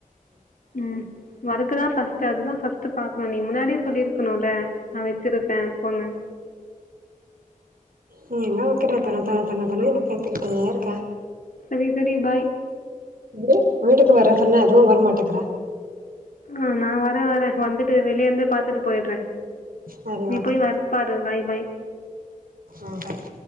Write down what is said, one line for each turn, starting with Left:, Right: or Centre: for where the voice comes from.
Left: ம் வருக்குதா ஃபஸ்ட் அதுதா ஃபஸ்ட் பாக்கணு நீ முன்னாடியே சொல்லிருக்கணுல நா வச்சிருப்ப போனு
Right: நீ எங்க வைக்கற தொன தொன தொன தொனனு நீ கத்திக்கிட்டே இருக்க
Left: சரி சரி பாய்
Right: து வீட்டுக்கு வற சொன்னா அதுவு வரமாட்டக்கற
Left: ஆ நா வர வர வந்துட்டு வெளியேந்து பாத்துட்டு போயிடுற
Right: சரி
Left: நீ
Right: ஓகே
Left: போய் வெர்க் பாரு பாய் பாய்
Right: ம் பாய்